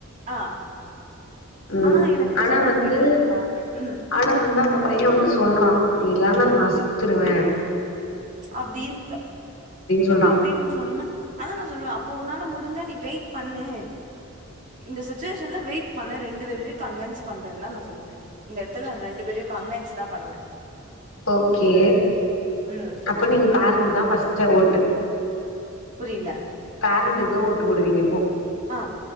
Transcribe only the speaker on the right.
ஆ
ஆனா எனக்கு
சொல்ல
முடியல ஓகே ம்
அப்டின்ட்டு
அப்டின்னு சொன்ன அதா நா சொல்லுவே ப்போ உன்னால முடிஞ்சா நீ வெயிட் பண்ணு இந்த சுச்சுவேஷன்ல வெயிட் பண்ண ரெண்டு பேரையு கன்வின்ஸ் பண்றே தா நா சொல்லுவே இந்த இடத்துல ரெண்டு பேரையு கான்வென்ஸ் தா பண்ணுவ
ம்
புரியல
ஆ